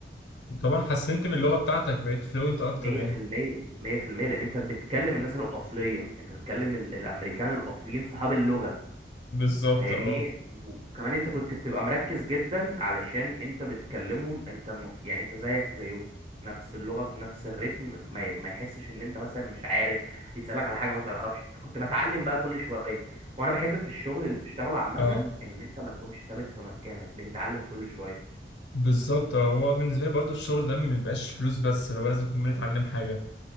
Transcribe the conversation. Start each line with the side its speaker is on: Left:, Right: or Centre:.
Left: طبعا حسنت من اللغة بتاعتك بقيت فلوينت اكتر
Right: مية
Left: يعني
Right: في المية مية في المية لأن أنت بتكلم الناس الأصلية أنت بتكلم ال- الأمريكان الأصليين صحاب اللغة
Left: بالظبط
Right: فاهمني
Left: اه
Right: وكمان انت كنت بتبقى مركز جدا علشان انت بتكلمهم انت المف... يعني انت زيك زيهم نفس اللغة في نفس الريتم ما, ي... ما يحسش ان انت مثلا مش عارف يسألك على حاجة ما تعرفش فكنت بتعلم بقى كل شوية وانا بحب في الشغل اللي بتشتغله عامة
Left: اه
Right: ان انت ما تكونش ثابت في مكانك بتتعلم كل شوية
Left: بالظبط اه هو بالنسبه لي برضو الشغل ده ما بيبقاش فلوس بس لو لازم نكون بنتعلم حاجه